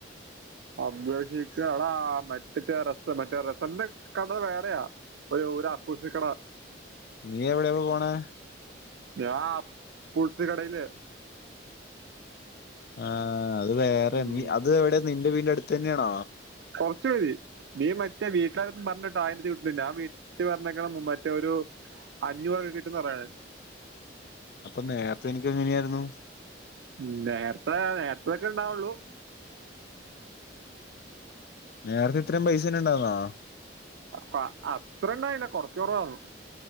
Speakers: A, on the right (about 70°); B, on the left (about 55°).
A: അപേക്ഷിച്ചളാ മറ്ററ്റ രത്ത മറ്റേ റത്തൻ്റെ കട വേറെയാ പരൂവ് തെ ആപ്പൂസക്കട.
B: നീ എവിടെയാ പോണെ
A: ഞാൻ പുൾച് കടയില്
B: ആ അത് വേറെ
A: ഉം,
B: നീ അത് എവിടെ നിന്റെ വീട്ടിന്റെ അടുത്ത് തന്നെയാണോ?
A: കുറച്ച് മതി നീ മറ്റേ വീട്ടിലാരു പറഞ്ഞിട്ട് ആയി ര്‌രുട്ട് ഞാൻ വീട്ടി പറഞ്ഞക്ക്ണു മറ്റൊരു അഞ്ഞൂറൊക്കെ കിട്ടന്ന് പറയാണ്
B: അപ്പൊ നേർത്തെ എനിക്ക് എങ്ങനെയായിരുന്നു?
A: മ് നേർത്തെ നേർത്തൊക്കെണ്ടാ വെള്ളൂ
B: നേരത്തെ ഇത്രയും പൈസ ഉണ്ടാവന്നോ?
A: അ അ അത്ര ഇണ്ടായില്ല കൊറച്ച് കൊറവായ്രുന്നു.